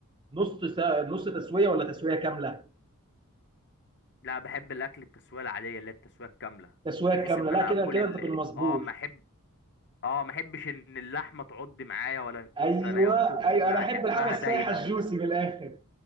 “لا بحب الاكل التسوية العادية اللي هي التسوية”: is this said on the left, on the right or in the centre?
Left